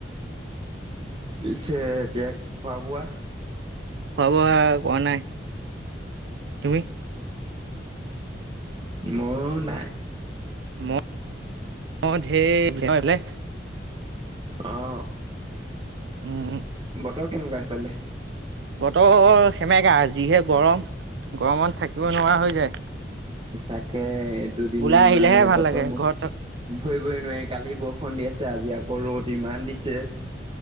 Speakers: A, on the right (about 30°); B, on the right (about 70°).
A: পিছে এতিয়া খোৱা-বোৱা?
B: খোৱা বোৱা কৰা নাই তুমি?
A: মোৰো নাই।
B: ম অ' ধেৰ।
A: অহ।
B: উম
A: বতৰ কেনেকুৱা সেফালে?
B: বতৰ সেমেকা। যিহে গৰম, গৰমত থাকিব নোৱাৰা হৈ যায়।
A: তাকে। দুদিন
B: ওলাই আহিলেহে ভাল
A: বতৰ
B: লাগে
A: মই
B: ঘৰত
A: ধৰিবই নোৱাৰি। কালি বৰষুণ দি আছে। ছে আজি আকৌ ৰ'দ ইমান দিছে।